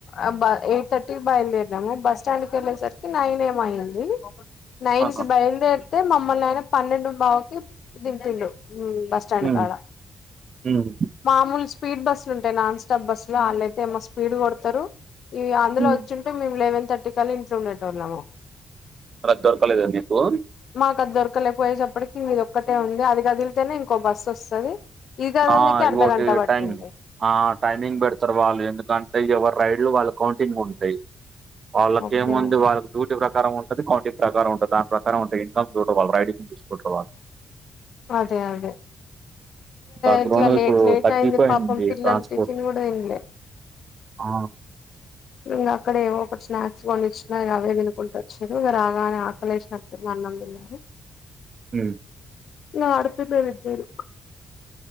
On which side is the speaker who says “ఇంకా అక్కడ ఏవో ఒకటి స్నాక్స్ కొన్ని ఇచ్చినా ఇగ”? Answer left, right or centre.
Left